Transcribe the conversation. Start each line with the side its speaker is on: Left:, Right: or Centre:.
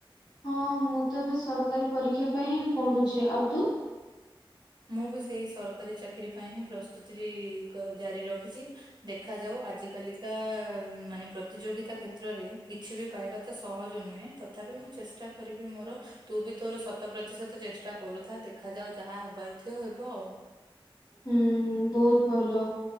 Left: ହଁ ମୁଁ ତ ଏବେ ସରକାରୀ ପରୀକ୍ଷା ପାଇଁ ପଢୁଛି। ଆଉ ତୁ?
Right: ମୁଁ ବି ସେଇ ସରକାରୀ ଚାକିରି ପାଇଁ ହିଁ ପ୍ରସ୍ତୁତି ଜାରି ରଖିଛି। ଦେଖାଯାଉ ଆଜି କାଲିକା ମାନେ ପ୍ରତିଯୋଗିତା କ୍ଷେତ୍ରରେ କିଛି ବି ପାଇବା ତ ସହଜ ନୁହେଁ ତଥାପି ମୁଁ ଚେଷ୍ଟା କରିବି। ମୋର ତୁ ବି ତୋର ଶତ ପ୍ରତିଶତ ଚେଷ୍ଟା କରୁଥା ଦେଖ ଯାଉ ଯାହା ହବାର ଥିବ ହେବ ଆଉ
Left: ହୁଁ ବହୁତ ଭଲ